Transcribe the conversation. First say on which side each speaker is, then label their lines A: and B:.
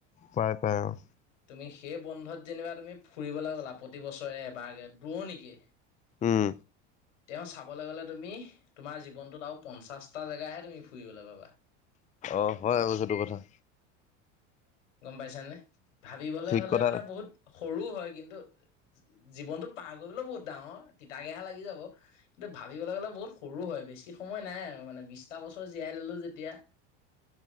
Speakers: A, on the left; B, on the left.
A: পাই, পাই অ'।
B: তুমি সেই বন্ধত যেনিবা তুমি ফুৰিবলৈ গ'লা, প্ৰতিবছৰে এবাৰকে দূৰনিকে।
A: উম
B: তেওঁ, চাবলৈ গ'লে তুমি তোমাৰ জীৱনটোত, আৰু পঞ্চাশটা জেগাহে তুমি ফুৰিবলৈ পাবা।
A: অহ' হয় আৰু সেইটো কথা।
B: গম পাইছানে, ভাবিবলে
A: ঠিক
B: হ'লে
A: কথা
B: মানে বহুত সৰু হয় কিন্তু জীৱনতো পাৰ কৰিবলৈও বহুত ডাঙৰ, তিতা কেহা লাগি যাব, কিন্তু ভাবিবলৈ গ'লে বহুত সৰু হয়। বেছি সময় নাই আৰু মানে, বিশটা বছৰ জীয়াই ল'লো যেতিয়া।